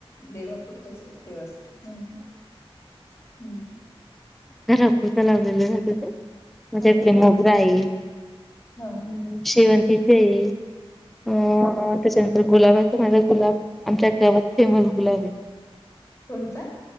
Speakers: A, on the left; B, in the centre.
A: देवापुरते असल देवासाठी, हम्म हम्म.
B: घरापुरतं लावलेलं जातं ते, माझ्याकडे
A: हो
B: मोगरा आहे.
A: हो
B: हम्म शेवती इथे ये अं..
A: हो का
B: तेच्या तर गुलाबाच माे गुलाब आमच्या गावात फेमस गुलाबी
A: कोणता?